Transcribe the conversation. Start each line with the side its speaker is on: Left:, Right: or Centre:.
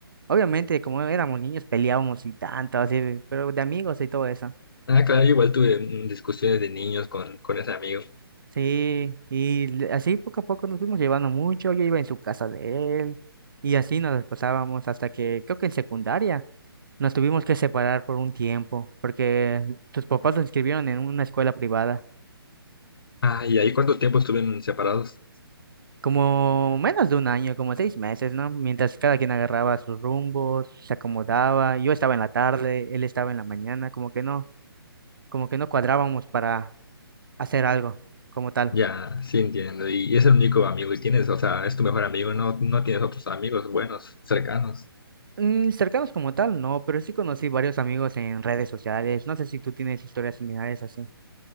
Right: Obviamente, como éramos niños, peleábamos y tanto, así, pero de amigos y todo eso.
Left: Ah, claro, yo igual tuve mm, discusiones de niños con, con ese amigo.
Right: Sí, y le- así poco a poco nos fuimos llevando mucho, yo iba en su casa de él y así nos desposábamos hasta que creo que en secundaria nos tuvimos que separar por un tiempo porque tus papás lo inscribieron en una escuela privada,
Left: Ah, ¿y ahí cuánto tiempo estuvieron separados?
Right: como menos de un año, como seis meses, ¿no? Mientras cada quien agarraba sus rumbos, se acomodaba, yo estaba en la tarde, él estaba en la mañana, como que no, como que no cuadrábamos para hacer algo como tal.
Left: Ya, sí entiendo. Y es el único amigo que tienes, o sea, es tu mejor amigo, no, no tienes otros amigos buenos, cercanos.
Right: Mm, cercanos como tal, no, pero sí conocí varios amigos en redes sociales. No sé si tú tienes historias similares así,